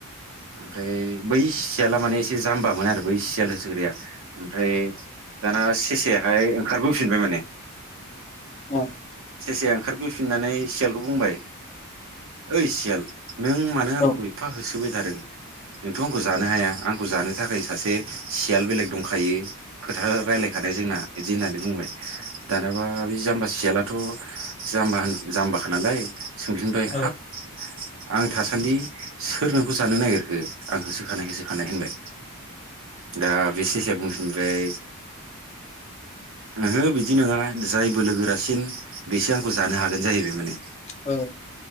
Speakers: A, on the right (about 65°); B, on the left (about 30°).
A: ओमफ्राय बै सियाला माने एसे जाम्बामोन आरो बै सियाल होसोग्राया ओमफ्राय दाना सेसायाहाय ओंखारबोफिनबाय माने
B: औ
A: सेसाया ओंखारबोफिननानै सियालखौ बुंबाय ओइ सियाल नों मानो आंखौ
B: औ
A: एफा होसोबाय थादों नोंथ' आंखौ जानो हाया आंखौ जानो थाखाय सासे सियाल बेलेग दंखायो खोथा रायलायखानाय जोंना इदि होननानै बुंबाय दानाबा बे जाम्बा सियालाथ' जाम्बा जाम्बाखा नालाय सोंफिनबाय
B: औ
A: हाब आं थासान्दि सोर नोंखौ जानो नागिरखो आंहोसो खानाय होसोखानाय होसोखानाय होनबाय दा बे सेसाया बुंफिनबाय ओहो बिदि नङा जाय बोलोगोरासिन बेसो आंखौ जानो हागोन जाहैबाय माने
B: औ